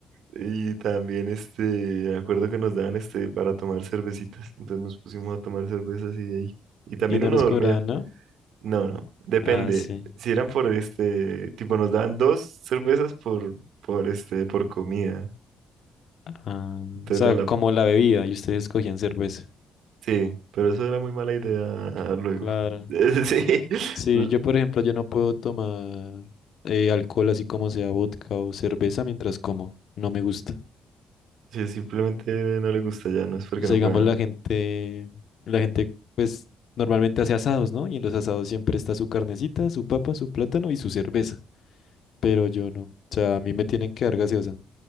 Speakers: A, on the right; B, on the left.
A: y también este, me acuerdo que nos daban este para tomar cervecitas. Entonces nos pusimos a tomar cervezas y de ahí. Y también
B: Y no
A: uno
B: les
A: dormía.
B: cobraban, ¿no?
A: No, no, depende.
B: Ah, sí.
A: Si eran por este, tipo, nos daban dos cervezas por, por este, por comida.
B: Ah,
A: Entonces
B: o sea,
A: no la,
B: como la bebía y ustedes cogían cerveza.
A: Sí, pero eso era muy mala idea luego.
B: Claro.
A: <laughs> Sí,
B: Sí,
A: l-
B: yo por ejemplo, yo no puedo tomar eh, alcohol así como sea vodka o cerveza mientras como. No me gusta.
A: sí, simplemente no le gusta ya, no es porque
B: O sea,
A: no
B: digamos
A: pueda.
B: la gente, la gente pues normalmente hace asados, ¿no? Y en los asados siempre está su carnecita, su papa, su plátano y su cerveza. Pero yo no. O sea, a mí me tienen que dar gaseosa